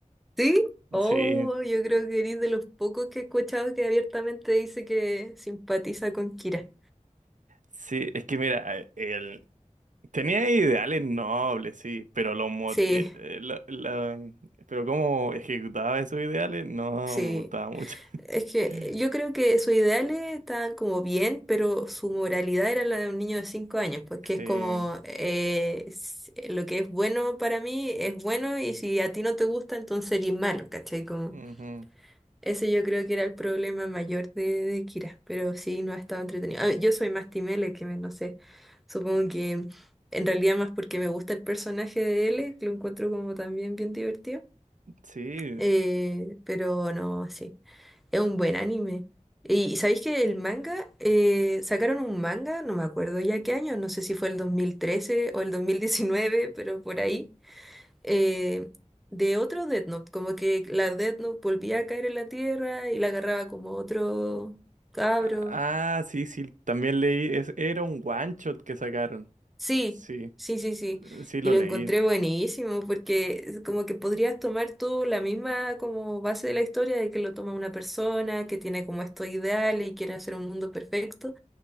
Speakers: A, in the centre; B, on the right (about 80°).
A: ¿Sí? Oh,
B: Sí,
A: yo creo que eres de los pocos que he escuchado que abiertamente dice que simpatiza con Kira.
B: sí, es que mira, eh, él tenía ideales nobles, sí, pero los mot-
A: Sí,
B: eh, eh, la- la- pero cómo ejecutaba esos ideales no
A: sí.
B: me gustaba mucho. <laughs>
A: Es que yo creo que sus ideales estaban como bien, pero su moralidad era la de un niño de cinco años, pues que
B: Sí.
A: es como eh, s- eh, lo que es bueno para mí es bueno y si a ti no te gusta, entonces eres malo, ¿cachai? Como,
B: ujú,
A: ese yo creo que era el problema mayor de, de Kira, pero sí no ha estado entretenido. Ah, yo soy más Team L que me- no sé, supongo que en realidad más porque me gusta el personaje de L, que lo encuentro como también bien divertido,
B: Sí.
A: eh, pero no, sí. Es un buen anime. Y, y sabéis que el manga, eh, sacaron un manga, no me acuerdo ya qué año, no sé si fue el 2013 o el dos mil diecinueve <laughs> pero por ahí, eh, de otro Death Note, como que la Death Note volvía a caer en la tierra y la agarraba como otro cabro.
B: Ah, sí, sí, también leí. Es, era un one shot que sacaron.
A: Sí,
B: Sí,
A: sí, sí, sí.
B: sí lo
A: Y lo
B: leí.
A: encontré buenísimo porque es como que podrías tomar tú la misma como base de la historia de que lo toma una persona que tiene como estos ideales y quiere hacer un mundo perfecto.